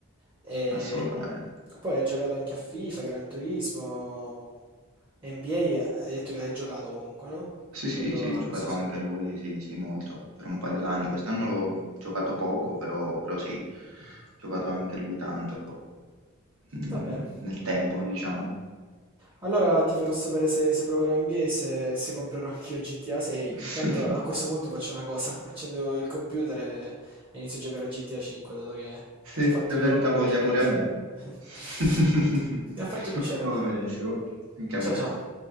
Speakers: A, on the right (about 25°); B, on the right (about 80°).
A: E
B: Assolutamente.
A: poi hai giocato anche a FIFA, Gran Turismo, NBA, hai detto che l'hai giocato comunque, no?
B: Sì, sì,
A: L'hai provato,
B: sì, giocato
A: sì, sì.
B: anche lui, sì, sì, molto, per un paio d'anni. Quest'anno l'ho giocato poco, però, però sì, giocato anche lui tanto, mm,
A: Va bene.
B: nel tempo, diciamo.
A: Allora ti farò sapere se, se proverò NBA e se, se comprerò anch'io GTA 6.
B: <laughs>
A: Intanto a questo punto faccio una cosa, <laughs> accendo il computer e, e inizio a giocare a GTA 5, dato che mi
B: Sì,
A: hai fatto
B: sì, è
A: venire
B: venuta
A: voglia
B: voglia
A: di giocare
B: pure
A: a GTA.
B: a me.
A: <laughs>
B: <laughs>
A: Mi ha fatto piacere
B: Va
A: allora.
B: benissimo, anche a
A: Ciao
B: me.
A: ciao.